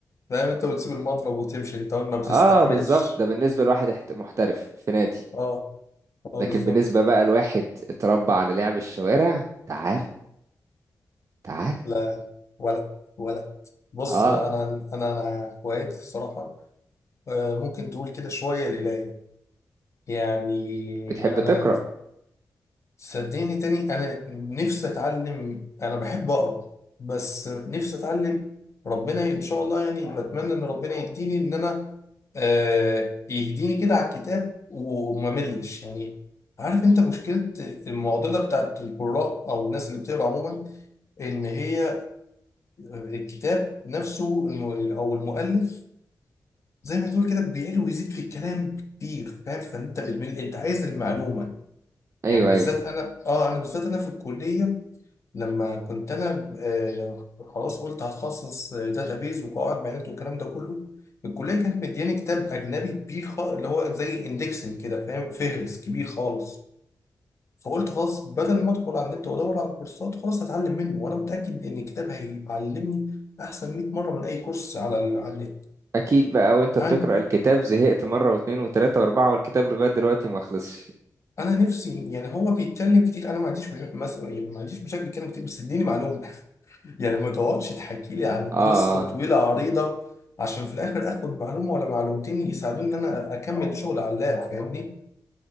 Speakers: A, on the left; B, on the right.
A: فاهم انت وتسيب المضرب وتمشي انت ما بتستحملش
B: اه بالظبط ده بالنسبة لواحد احت- محترف في نادي
A: اه اه
B: لكن
A: بالظبط
B: بالنسبة بقى لواحد اتربى على لعب الشوارع تعال تعال
A: لا ولد ولد بص
B: اه
A: انا انا انا هوايتي الصراحه آه، ممكن تقول كده شويه القرايه يعني
B: بتحب
A: انا
B: تقرأ
A: صدقني تاني انا نفسي اتعلم انا بحب اقرا بس نفسي اتعلم ربنا ان شاء الله يعني بتمنى ان ربنا يديني ان انا آه، يهديني كده على الكتاب وما ملش يعني عارف انت مشكله المعضله بتاعت القراء او الناس اللي بتقرا عموما ان هي الكتاب نفسه الم... او المؤلف زي ما تقول كده بيعلي ويزيد في الكلام كتير فاهم فانت بتمل انت عايز المعلومه
B: ايوه
A: يعني بالذات
B: ايوه
A: انا اه انا بالذات انا في الكليه لما كنت انا آه خلاص قلت هتخصص داتابيز وقواعد بيانات والكلام ده كله الكليه كانت مدياني كتاب اجنبي كبير خالص اللي هو زي اندكسنج كده فاهم فهرس كبير خالص فقلت خلاص بدل ما ادخل على النت وادور على كورسات خلاص هتعلم منه وانا متاكد ان الكتاب هيعلمني احسن 100 مره من اي كورس على ال- على النت
B: اكيد بقى وانت بتقرأ
A: انا
B: الكتاب زهقت مرة واثنين وثلاثة واربعة والكتاب لغاية دلوقتي ما خلصش
A: انا نفسي يعني هو بيتكلم كتير انا ما عنديش مش- مس- يعني ما عنديش مشاكل يتكلم كتير بس اديني معلومه <laughs> يعني ما تقعدش تحكي لي عن
B: اه
A: قصه
B: آه.
A: طويله عريضه عشان في الاخر اخد معلومه ولا معلومتين يساعدوني ان انا اكمل شغل على اللاب فاهمني